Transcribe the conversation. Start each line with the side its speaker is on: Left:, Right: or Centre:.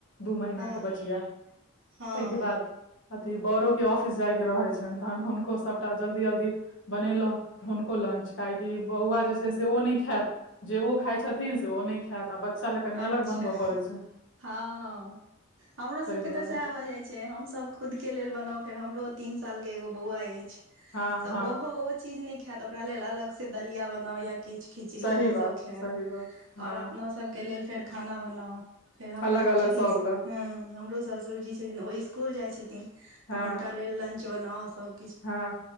Left: दू महीना
Right: हँ
Left: के बच्चिया
Right: हँ
Left: ताहिके बाद अथि बरोके ऑफिस जायके रहैत छनि तहन हुनको सभटा जल्दी जल्दी बनेलहुँ हुनको लंच काहेकि बौआ जे छै से ओ नय खायत जे ओ खाइ छथिन से ओ नय है आ बच्चा कनि
Right: अच्छा
Left: अलग बनबय पड़ै छै
Right: हँ हँ हमरो सबके
Left: ताहि दुआरे
Right: तऽ सएह भऽ जाइ छै हमस खुद के लेल बना फेर हमरो तीन साल के एगो बौआ अछि
Left: हँ
Right: तऽ
Left: हँ
Right: ओहो चीज नय खायत ओकरा लेल अलग से दलिया बनाउ या किछु खिचड़ी
Left: सही
Right: ई
Left: बात
Right: सब खायत
Left: सही बात हँ
Right: और अपना के लेल फेर खाना बनाउ फेर हमरो
Left: अलग अलग
Right: छथिन
Left: सब लए
Right: ह हमरो ससुर जी लेकीन ओ इसकुल जाइ छथिन
Left: हँ
Right: तऽ हुनका लेल लंच बनाउ सभ
Left: हँ